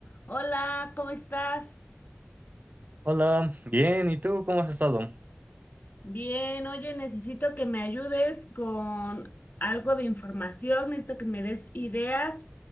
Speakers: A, on the left (about 45°); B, on the right (about 45°).
A: Hola, ¿cómo estás?
B: Hola, bien, ¿y tú cómo has estado?
A: Bien, oye, necesito que me ayudes con algo de información, necesito que me des ideas,